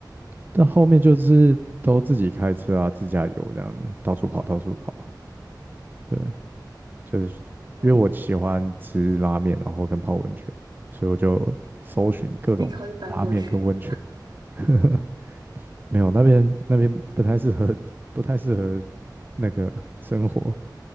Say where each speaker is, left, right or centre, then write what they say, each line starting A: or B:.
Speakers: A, on the right; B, on the right.
A: 但后面就是都自己开车啊，自驾游这样子，到处跑，到处跑。对，就是因为我喜欢吃拉面，
B: 哦，
A: 然后跟泡温泉，所以我就搜寻各种拉面跟温泉。
B: 可以考虑搬过去了。
A: <laughs> 没有，那边那边不太适合，不太适合那个生活。